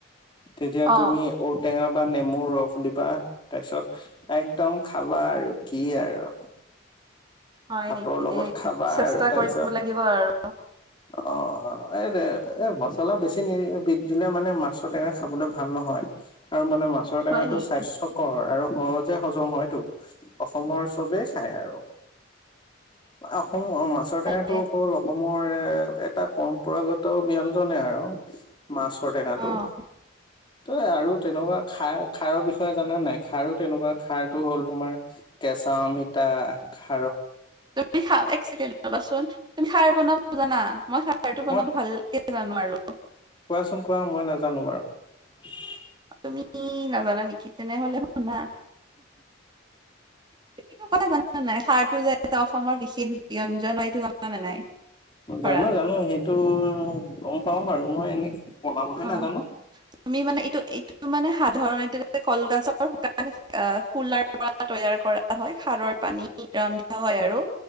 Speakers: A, on the left; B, on the right.
A: তেতিয়া
B: অ',
A: তুমি ঔটেঙা বান। নেমু ৰস দিবা তাৰপিছত একদম খাবা আৰু কি আৰু
B: হয়
A: ভাতৰ
B: নেকি
A: লগত
B: দেই,
A: খাবা
B: চেষ্টা
A: আৰু তাপিছত
B: কৰিব লাগিব আৰু
A: অ এই এ মছলা বেছি নি দিলে মানে মাছৰ টেঙা খাবলে ভাল নহয়। আৰু মানে মাছৰ টেঙাটো
B: হয় নেকি?
A: স্বাস্থ্যকৰ আৰু সহজে হজম হয়টো অসমৰ চবেই খায় আৰু অসম অ মাছৰ
B: ভালে
A: টেঙাটো হ'ল অসমৰ এ এটা পৰম্পৰাগত ব্ঞ্জনে আৰু মাছৰ টেঙটো
B: অ',
A: তই আৰু তেনেকুৱা খাৰ খাৰৰ বিষয়ে জানে নাই খাৰো তেনেকুৱা খাৰটো হ'ল তোমাৰ কেচ মিটাৰ।
B: তুমাচোন তুমি সাৰ বনাব জানা মই সাৰটো
A: মই
B: বনাব ভাল। জানোৱাৰো।
A: কোৱাচোন কোৱা মই নাজানো বাৰু।
B: তুমি নাজানা নেকি তেনেহলে শুনা। এইটো কথা জনা নাই সাৰটো যে এটা অসমৰ বিশেষ ব্য়ঞ্জন হয় এইটো জনা নে নাই। ধৰা,
A: জানো জানো সেইটো গম পাও বাৰু মই এনে। বনাবহে
B: অ'।
A: নাজানো।
B: তুমি মানে এইটো এইটো মানে সাধাৰণতে কলগছৰ শুকান আহ খুলাৰ পৰা তৈয়াৰ। কৰা হয় সাৰৰ পানী ৰন্ধা হয় আৰু।